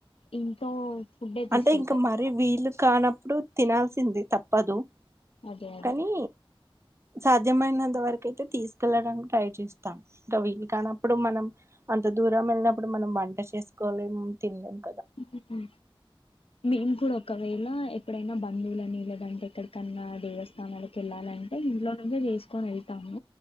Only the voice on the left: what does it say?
ఇంట్లో ఫుడ్డే తీసుకెళ్తారా
అదే అదే
ఉ ఊ మేము కూడా ఒకవేళ ఎక్కడైనా బంధువులు నీళ్ళదంటే ఎక్కడికన్నా దేవస్థానలు వెళ్ళాలంటే ఇంట్లో నుంచి చేస్త కొని వెళ్తాము